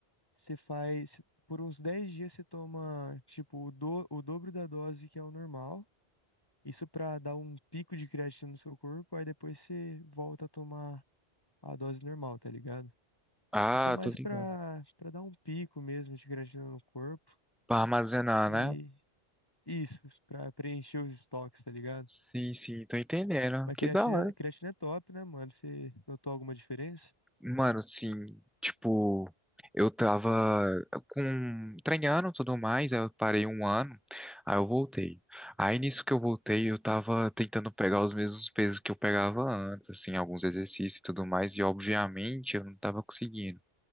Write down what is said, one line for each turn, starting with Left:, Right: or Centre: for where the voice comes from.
Left: você faz por uns 10 dias você toma tipo o, do, o dobro da dose que é o normal. Isso pra dar um pico de creatina no seu corpo, aí depois você volta a tomar a dose normal, tá ligado?
Centre: Ah,
Left: Isso é mais
Centre: tô ligado.
Left: pra, para dar um pico mesmo de creatina no corpo
Centre: Pra armazenar,
Left: e
Centre: né?
Left: isso, pra preencher os estoques, tá ligado?
Centre: Sim, sim, tô entendendo.
Left: Mas
Centre: Que
Left: creatina,
Centre: da hora.
Left: creatina é top, né, mano? Você notou alguma diferença?
Centre: Mano, sim, tipo, eu tava com treinando e tudo mais, aí eu parei um ano, aí eu voltei. Aí nisso que eu voltei, eu tava tentando pegar os mesmos pesos que eu pegava antes, assim, alguns exercícios e tudo mais, e obviamente eu não tava conseguindo.